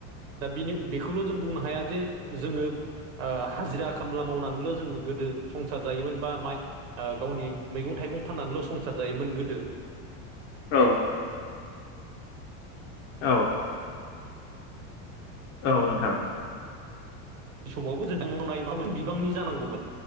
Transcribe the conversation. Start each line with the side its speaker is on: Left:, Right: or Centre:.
Right: दा बिनि बेखौल' जों बुंनो हाया जे जोङो ओ हाजिरा खामला मावनानैल' जोङो गोदो संसार जायोमोन बा माइ ओ गावनि मैगं थाइगं फाननानैल' संसार जायोमोन गोदो।
Left: औ। औ। औ नोंथां।
Right: बे समावबो जों <unintelligible> बिबांनि जानांगौमोन